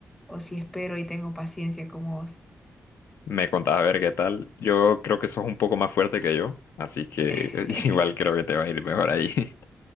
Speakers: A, in the centre; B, on the left.
A: o si espero y tengo paciencia como vos.
B: Me contás a ver qué tal. Yo creo que sos un poco más fuerte que yo, así que
A: <laughs>
B: <laughs> igual creo que te va a ir mejor ahí. <laughs>